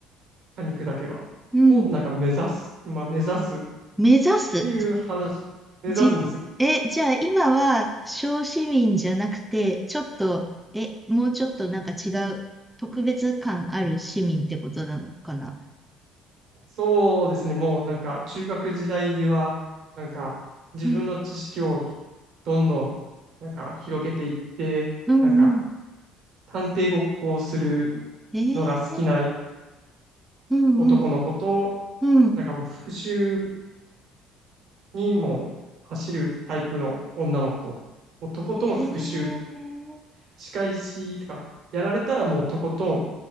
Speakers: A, on the right; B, in the centre.
A: 噛み砕けば。
B: うん、
A: を、なんか、目指す。まあ、目指すっ
B: 目指す。
A: ていう話、目指すんです。
B: じ、え、じゃあ今は小市民じゃなくて、ちょっと、え、もうちょっとなんか違う、特別感ある市民ってことなのかな。
A: そうですね。もう、なんか、中学時代には、なんか、自分の知識を
B: うん、
A: どんどん、なんか、広げていって、
B: うん、
A: なんか、
B: うん。
A: 探偵ごっこをする
B: えー、
A: のが好きな
B: うん、
A: 男の子と、
B: うん、うん。
A: なんかもう復讐にもう走るタイプの女の子。もうとことん復讐、
B: えー
A: 仕返しとか、やられたらもうとことん